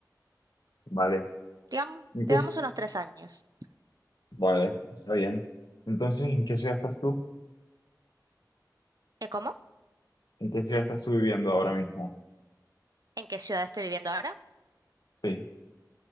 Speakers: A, on the left; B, on the right.
A: Vale,
B: Digamos,
A: ¿en qué
B: digamos
A: es?
B: unos tres años.
A: Vale, está bien. Entonces, ¿en qué ciudad estás tú?
B: ¿Eh, cómo?
A: ¿En qué ciudad estás tú viviendo ahora mismo?
B: ¿En qué ciudad estoy viviendo ahora?
A: Sí,